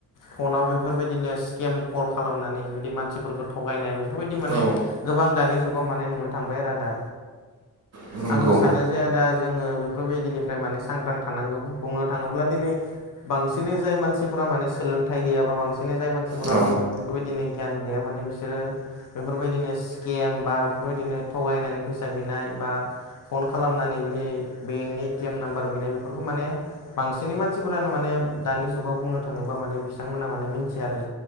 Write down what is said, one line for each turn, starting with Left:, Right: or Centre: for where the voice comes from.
Left: फनाव बेफोरबायदिनो स्केम कल खालामनानै बिदि मानसिफोरखौ थगायनाय बेफोरबायदि माने
Right: औ
Left: गोबां दानि जुगाव माने नुनो थांबाय आरो आदा।
Right: नंगौ
Left: आंबो सानो जे आदा जोङो बेफोरबायदिनिफ्राय माने सांग्रां थानांगौ बुङो थाङोब्ला दिनै बांसिनै जाय मानसिफोरा माने सोलोंथाइ गैयाबा बांसिनै जाय मानसिफोरा
Right: औ
Left: बेफोर बेफोरबायदिनो गियान गैया माने बिस सोरो बेफोरबायदिनो स्केम बा बेफोरबायदिनो थगायनानै फैसा बिनाय बा फन खालामनानै बिनि बेंकनि एटिएम नाम्बार बिनाय बेफोरखौ माने बांसिनै मानसिफोरानो माने दानि जुगाव बुंनो थाङोब्ला माने बिथांमोनहा माने मिथिया आरो